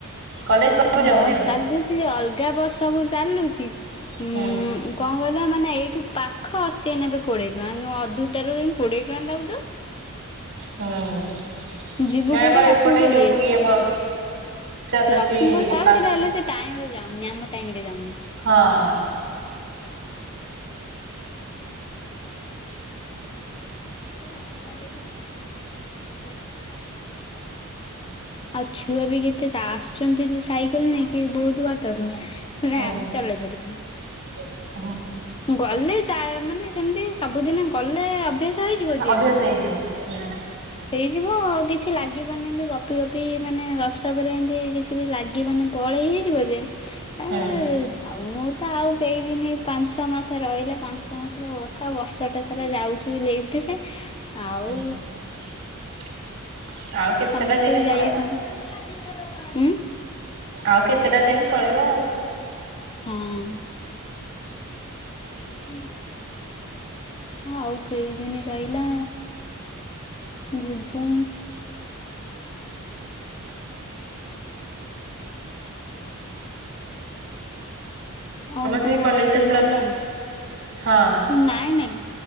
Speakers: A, on the right (about 55°); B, on the left (about 25°).
A: କଲେଜ ପାଖକୁ ଯାଉନି
B: ବସ୍
A: ଆଉ।
B: ଚାଲୁଚି ଯେ ଅଲ ଗା ବସ ସବୁ ଚାଲୁଚି। ଉଁ
A: ହୁଁ
B: କଣ କହିଲ ମାନେ ଏଇଠୁ ପାଖ ସିଏ ନେବେ କୋଡି <unintelligible> ଅଧୁଟା ରୁ କୋଡି଼ଏ ଟଙ୍କା ତାକୁ ଦବୁ।
A: ହୁଁ ନାଇଁ
B: ଯିବୁ କୋଉଠି
A: ଆମର
B: ଆସିବୁ
A: ଏପଟେ
B: କୋଉଠିଏ।
A: ଯୋଉ ଇଏ ବସ୍ ଚାଲୁଛି
B: ଲକ୍ଷ୍ମୀ ବସ୍ ଯାଉଛି
A: ପା
B: ହେଲେ ସେ ଟାଇମ ରେ ଯାଉନି ଆମ ଟାଇମ ରେ ଯାଉନି
A: ହଁ।
B: <unintelligible> ଆଉ ଛୁଆ ବି କେତେ ଆସୁଛନ୍ତି ଯେ ସାଇକେଲ ନେଇକି ବହୁତ୍ ବାଟରୁ ହେଲେ
A: ହୁଁ
B: ଆମେ ଚାଲ ଯାଇପାରିବୁ।
A: <unintelligible>
B: ଗଲେ ସା ମାନେ ସେମିତି ସବୁଦିନ୍ ଗଲେ ଅଭ୍ୟାସ ହେଇଯିବ ଯେ
A: ଅଭ୍ୟାସ ହେଇଯିବ ହୁଁ।
B: ହେଇଯିବ କିଛି କିଛି ଲାଗିବନି ଏମିତି ଗପି ଗପି ମାନେ ଗପସପ୍ ରେ ଏମିତି କିଛି ବି ଲାଗିବନି ପଳେଇ ହେଇଯିବ ଯେ ଆ
A: ହୁଁ
B: ଯାଉନୁ ତ ଆଉ କେଇଦିନ୍ ପା ପାଞ୍ଚ ମାସ ରହିଲା ପାଞ୍ଚ ମାସର କଥା ବର୍ଷଟା ସାରା ଯାଉଛୁ ଲିଫ୍ଟ ରେ ଆଉ
A: <unintelligible> ଆଉ କେତେଟା
B: ସମସ୍ତେ
A: ଦିନି
B: ବି ଯାଇ
A: ପଳେଇବ
B: ଆସନ୍ତି ଉଁ
A: ଆଉ କେତେଟା ଦିନି ପଳେଇବ ଆଉ
B: ହଁ <inaudible> ଆଉ କେଇଦିନି ରହିଲା ଯିବୁ। ଆଉ ତମ
A: ସେ କଲେଜରେ
B: ଘରେ ସବୁ
A: ପ୍ଲସ
B: ଭଲ ନା
A: ଥ୍ରୀ ହଁ।
B: ନାଇଁ ନାଇଁ।